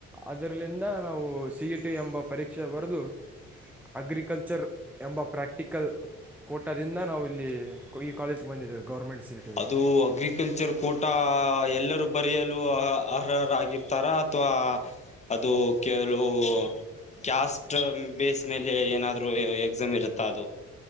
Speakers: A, in the centre; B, on the left.
A: ಅದರಲಿಂದ್ರ ನಾವು ಸಿಇ ಟಿ ಎಂಬ ಪರೀಕ್ಷೆ ಬರೆದು ಅಗ್ರಿಕಲ್ಚರ್ ಎಂಬ ಪ್ರಾಕ್ಟಿಕಲ್ ಕೊಟ್ಟದಿಂದ ನಾವು ಇಲ್ಲಿ ಈ ಕಾಲೇಜ್ ಗೆ ಬಂದೀವಿ ಗೌರ್ಮೆಂಟ್ ಸೀಟ್
B: ಅದು ಅಗ್ರಿಕಲ್ಚರ್ ಕೂಟಾ ಎಲ್ಲರೂ ಬರೆಯಲು ಅ ಅರ್ಹರಾಗಿರ್ತಾರ ಅಥವಾ ಅದು ಕೆಲವು ಕ್ಯಾಸ್ಟ್ ಬೇಸ್ ಮೇಲೆ ಏನಾದ್ರು ಎಕ್ಸಾಮ್ ಇರುತ್ತಾ ಅದು